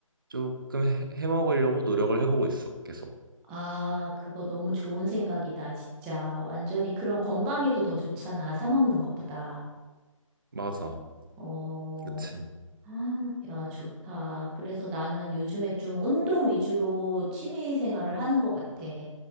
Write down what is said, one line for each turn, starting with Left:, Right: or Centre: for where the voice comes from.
Right: 조금 해, 해먹으려고 노력을 해보고 있어, 계속.
Centre: 아, 그거 너무 좋은 생각이다, 진짜. 완전히 그런 건강에도 더 좋잖아, 사 먹는 것보다.
Right: 맞아.
Centre: 어,
Right: 그치.
Centre: 아, 야, 좋다. 그래서 나는 요즘에 좀 운동 위주로 취미 생활을 하는 것 같아.